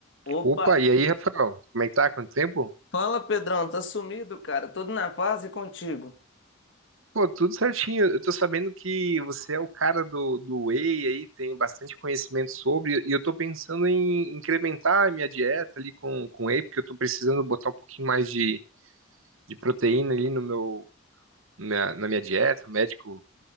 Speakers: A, on the left (about 65°); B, on the right (about 80°).
A: Opa!
B: Opa, e aí, Rafael? Como é que tá? Quanto tempo?
A: Fala, Pedrão, tá sumido, cara? Tudo na paz e contigo?
B: Pô, tudo certinho. Eu tô sabendo que você é o cara do, do whey aí, tem bastante conhecimento sobre, e eu tô pensando em incrementar a minha dieta ali com, com whey, porque eu tô precisando botar um pouquinho mais de, de proteína ali no meu, na, minha na minha dieta. O médico